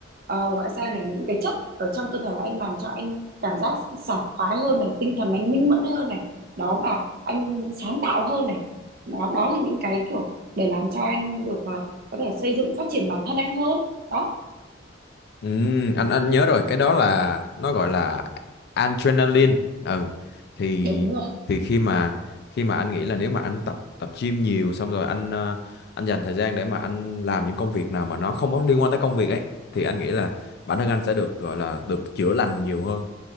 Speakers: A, on the right; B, on the left.
A: ờ, gọi sao nhỉ những cái chất ở trong cơ thể anh làm cho anh cảm giác sảng khoái hơn này tinh thần anh minh mẫn hơn này đó và anh sáng tạo hơn này đó đó là những cái kiểu để làm cho anh được ờ, có thể xây dựng phát triển bản thân anh hơn đó
B: Ừ, anh anh nhớ rồi cái đó là nó gọi là adrenaline ừ thì
A: đúng rồi
B: thì khi mà khi mà anh nghĩ là nếu mà anh tập tập gym nhiều xong rồi anh ờ, anh dành thời gian để mà anh làm những công việc nào mà nó không có liên quan tới công việc ấy thì anh nghĩ là bản thân anh sẽ được gọi là được chữa lành nhiều hơn